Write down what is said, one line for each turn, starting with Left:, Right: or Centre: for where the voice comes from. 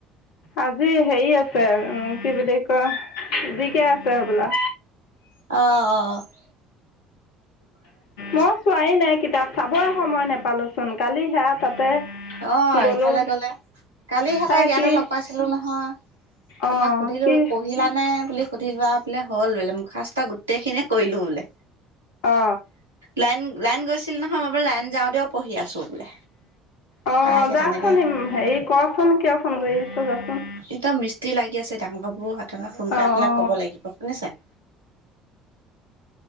Left: আজি হেৰি আছে উম, কি বুলি ক- ৰহ যিকে আছে হবলা।
Right: অঁ অঁ অঁ'। <unintelligible>
Left: মই ছোৱাই নাই কিতাপ চাবই সময় নাপালোচোন কালি সেয়া তাতে-
Right: অঁ'
Left: গ'লো
Right: এইফালে গ'লে কালিহেঁ
Left: তাই
Right: তাইক ইয়াতে
Left: কি
Right: লগ পাইছিলো নহয়।
Left: অ
Right: এপাক সুধিলো
Left: কি
Right: পঢ়িলা নে বুলি সুধিলো আপ- বোলে হ'ল বোলে মুখষ্ট গোটেই খিনিয়ে কৰিলো বোলে।
Left: অ
Right: লাইন লাইন গৈছিল নহয় মই বোলো লাইন যাওঁতেও পঢ়ি আছোঁ বোলে।
Left: অঁ'
Right: তাইকে
Left: যাচোন
Right: তেনেকে
Left: হেৰি কচোন কিয় ফোন কৰি আছে যাচোন।
Right: এতিয়া মিস্ত্ৰী লাগি আছে ডাঙৰ বাবু হতক ফোন কৰাই
Left: অ
Right: পেলাই
Left: অ
Right: ক'ব লাগিব। শুনিছে?